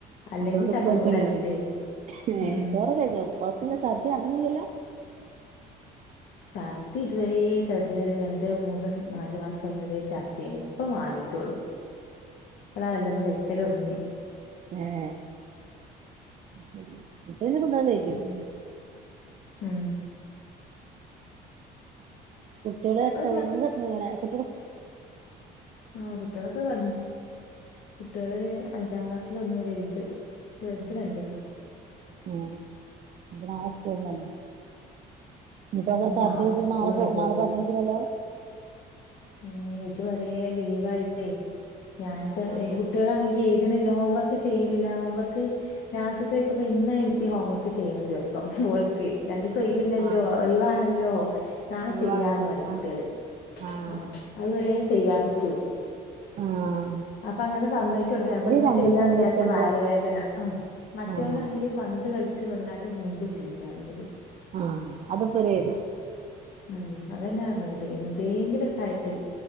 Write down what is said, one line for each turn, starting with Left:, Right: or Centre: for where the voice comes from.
Left: അല്ലെങ്കി
Right: അതോണ്ട്
Left: ചക്ക
Right: പ്രജനല്ലേ
Left: കൂട്ടാൻ ഇഷ്ടേനി
Right: ഏ
Left: ഉം
Right: ചോറ് കഴിക്കും കൊഴപ്പില്ല സർദി അതൊന്നുമല്ലല്ലോ
Left: ചഛർദ്ദി ഇതുവരേ ഛർദി വരെ രണ്ട മൂന്ന് നാാലു മാസം വരേ ഛർദ്ദി ഇപ്പ മാറിട്ടുള്ളു ഇപ്പളാ വല്ലൊന്നും കഴിക്കല ഒടുങ്ങി
Right: ആഹ ശരി അന്നെ കൊണ്ടന്ന് കഴിക്കല്ലേ
Left: ഉം ഉം
Right: കുട്ടികള
Left: ഇപ്പൊ
Right: എത്തത്ത കുട്ടികള
Left: ആഹ കുട്ടികളൊക്കെ ക കുട്ടികള് അഞ്ചാം ക്ലാസ്സില ഒന്ന് വലുത് ചതി ര എണ്ടല്ല
Right: ഉ അ ആ സ്കൂളിനല്ലേ ഇനിപ്പോ
Left: ഉം
Right: സദ്യ വെച്ചിട്ട്
Left: സ്കൂളുണ്ട്
Right: നാളെ പോ നാളെ പറഞ്ഞേക്കില്ലല്ലോ
Left: ഉ ഇത്വരെ ലീവ്യിട്ടേ ഞാനിപ്പോ
Right: ആഹ്
Left: വല് കുുട്ടികളാണെങ്കിൽ ഇ ഹോംവർക്ക് ചെയ്യണില്ല ഹോംവർക്ക് ലാസ്റ്റ്ത്തെ ദിവസപ്പ ഇന്ന ഇ ഹോംവർക്ക് ചെയ്യണ ദിവസം ര
Right: ആഹ്
Left: സൈവില്ലല്ലോ
Right: ആഹ്
Left: ഒഴവാണല്ലോ
Right: ആഹ്
Left: നളെ
Right: അത്
Left: ചെയ്യാന്ന്
Right: വേണല്ലോ
Left: പറ കുട്ടികള്
Right: ആഹ് ആഹ്
Left: ആഹ അതുവരെ ചെയ്യാതക്ക
Right: ആഹ
Left: അപ്പൊ അങ്ങനെ സമ്മയിച്ചു കൊടുത്താണ് അപ്പൊ ഇന്ന്
Right: രണ്ടീസം
Left: ചെയ്യാന്ന് വിചാരിച്ച
Right: കിട്ടുമ്പോ
Left: വയറുവേദന ഉ മറ്റവനാണെങ്കിൽ
Right: ആഹ്
Left: പന്ത് കളിച്ചച്ച് വന്നായിട്ട് മുള്ത്തിന്ന് കാര്ല്
Right: ആഹ അത്പ്പോ ഒരു ഇത്
Left: ഉം അതന്നെ പററിഞ്ഞത് എന്തെങ്കിലുംക്കെ ആയിട്ട്